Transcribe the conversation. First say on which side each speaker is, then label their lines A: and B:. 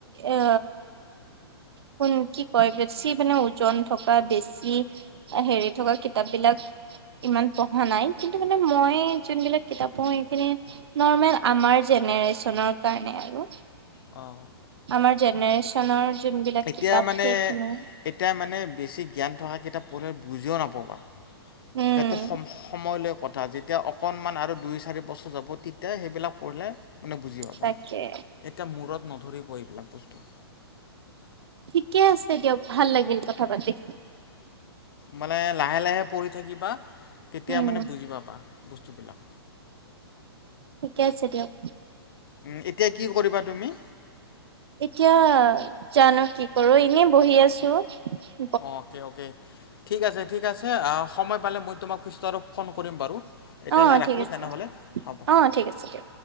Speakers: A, on the right; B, on the left.
A: আ কোন কি কয়, বেছি মানে ওজন থকা বেছি হেৰি থকা কিতাপবিলাক ইমান পঢ়া নাই কিন্তু মানে মই যোনবিলাক কিতাপ পঢ়ো সেইখিনি নৰ্মেল আমাৰ জেনেৰেচনৰ কাৰণে আৰু।
B: অ'।
A: আমাৰ জেনেৰেচনৰ যোনবিলাক
B: এতিয়া
A: কিতাপ
B: মানে
A: সেইখিনি।
B: এতিয়া মানে বেছি জ্ঞান থকা কিতাপ পঢ়িলে বুজিও নাপাবা।
A: উম
B: সেইটো সম-সময় লৈ কথা, যেতিয়া অকণমান আৰু দুই চাৰি বছৰ যাব তে তেতিয়া সেইবিলাক পঢ়িলে মানে বুজি পাবা,
A: তাকে
B: এতিয়া মূৰত নধৰিব এইবিলাক বস্তু।
A: ঠিকে আছে দিয়ক, ভাল লাগিল কথা পাতি।
B: মানে লাহে লাহে পঢ়ি থাকিবা তেতিয়া
A: উম
B: মানে বুজি পাবা। বস্তুবিলাক।
A: ঠিকে আছে দিয়ক।
B: উ, এতিয়া কি কৰিবা তুমি?
A: এতিয়া জানো কি কৰোঁ, এনে বহি আছোঁ।
B: অ' অ'কে অ'কে, ঠিক আছে, ঠিক আছে, সময় পালে মই তোমাক পিছত আৰু ফোন কৰিম বাৰু। এতিয়ালৈ
A: অ
B: ৰাখোঁ
A: ঠিক আছে
B: তেনেহ'লে, হ'ব।
A: অ ঠিক আছে দিয়ক